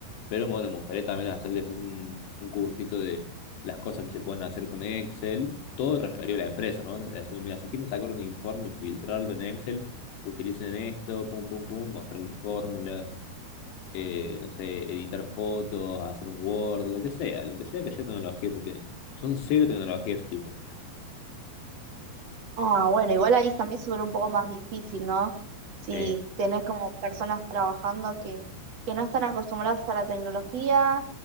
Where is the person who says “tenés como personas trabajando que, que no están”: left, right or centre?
Right